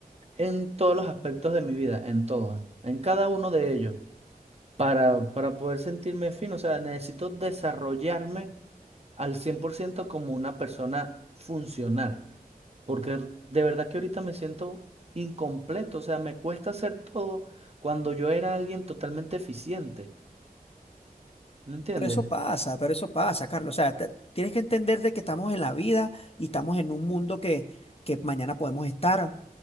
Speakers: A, on the right; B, on the left.
A: en todos los aspectos de mi vida, en todos, en cada uno de ellos, para, para poder sentirme fino. O sea, necesito desarrollarme al 100% como una persona funcional, porque r- de verdad que ahorita me siento incompleto, o sea, me cuesta hacer todo cuando yo era alguien totalmente eficiente, ¿me entiendes?
B: Pero eso pasa, pero eso pasa, Carlos. O sea, te- tienes que entender de que estamos en la vida y estamos en un mundo que, que mañana podemos estar,